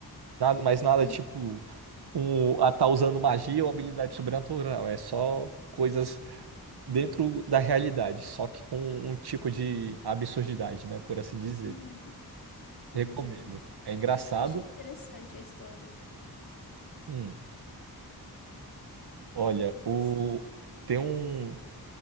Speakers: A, on the right; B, on the left.
A: nada, mas nada
B: aham,
A: tipo um, a tá usando magia ou habilidade sobrenatural. É só coisas dentro da realidade, só que com um tipo de absurdidade, né? Por assim dizer.
B: uhum, entendi.
A: Recomendo. É engraçado.
B: Achei interessante a história.
A: Hum. Olha, o
B: Sim.
A: tem um